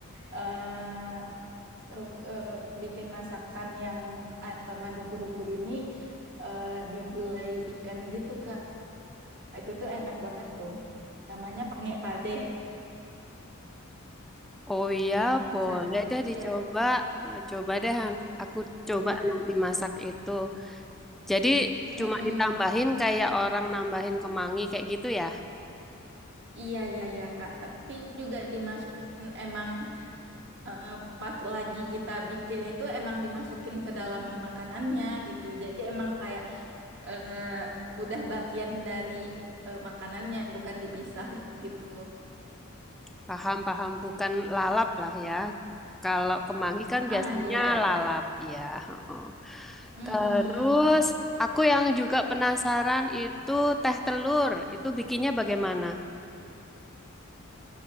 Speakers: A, on the right; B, in the centre.
A: eh, ruk- eh, bikin masakan yang ada tambahan ruku-ruku ini eh, di gulai ikan gitu kak itu tuh enak banget tuh namanya pangek padeh
B: Oh iya, boleh
A: di sana
B: deh
A: iya
B: dicoba. Nah, Coba deh han- aku coba
A: iya
B: nanti masak itu. Jadi
A: Mm-mm.
B: cuma ditambahin kayak orang nambahin kemangi kayak gitu ya.
A: Iya, iya, iya, Kak. Tapi juga dimasukin emang eh, pas lagi kita bikin itu emang dimasukin ke dalam makanannya gitu. Jadi emang kayak eh, udah bagian dari eh, makanannya bukan dipisah gitu.
B: Paham, paham. Bukan lalap lah ya. Kalau kemangi kan
A: Ah
B: biasanya
A: iya iya.
B: lalap ya. Heeh.
A: Mm-mm.
B: Terus aku yang juga penasaran itu teh telur. Itu bikinnya bagaimana?